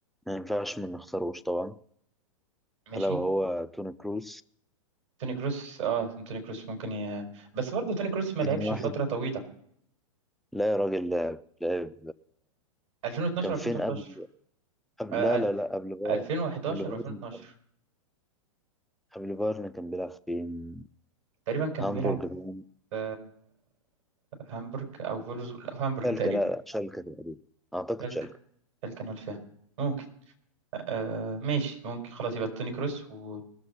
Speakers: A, in the centre; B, on the right (about 65°).
A: ما ينفعش ما نختاروش طبعا
B: ماشي
A: ألا وهو توني كروس
B: توني كروس اه توني كروس ممكن ي... بس برضه توني كروس ما لعبش
A: يعني واحد
B: فتره طويله
A: لا يا راجل لعب لعب
B: 2012
A: كان
B: 2013
A: فين قبل, قبل
B: آه،
A: لا لا
B: أل-
A: لا قبل بايرن
B: 2011
A: قبل بايرن
B: و2012
A: قبل بايرن كان بيلعب فين
B: تقريبا كان
A: هامبورج
B: بيلعب
A: بقى.
B: في هامبورج او فولوز لا، في هامبورج
A: شالكة
B: تقريبا
A: لا لا شالكة تقريبا أعتقد
B: تلك
A: شالكة
B: تلك انا فيها ممكن آه ماشي ممكن خلاص يبقى توني كروس و